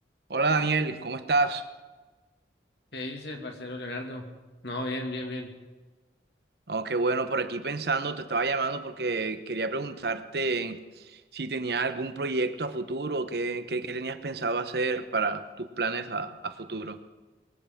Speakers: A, on the right; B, on the left.
A: Hola Daniel, ¿cómo estás?
B: ¿Qué dice, parcero Leonardo? No, bien, bien, bien.
A: Oh, qué bueno, por aquí pensando, te estaba llamando porque quería preguntarte si tenía algún proyecto a futuro, qué, qué, qué tenías pensado hacer para tus planes a, a futuro.